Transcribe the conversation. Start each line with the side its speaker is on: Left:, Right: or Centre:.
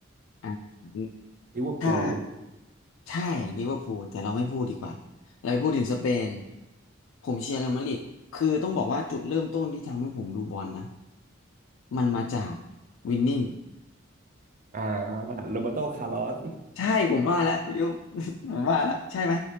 Left: อ่า
Right: ลิเวอร์พูล
Left: ถ้าใช่ลิเวอร์พูลแต่เราไม่พูดดีกว่าเราไปพูดถึงสเปนผมเชียร์เรอัลมาดริดคือต้องบอกว่าจุดเริ่มต้นที่ทำให้ผมดูบอลนะมันมาจากวินนิ่ง
Right: อ่าโรเบร์โตคาร์ลอส
Left: ใช่ผมว่าแล้วเรียว <laughs> ผมว่าแล้วใช่ไหม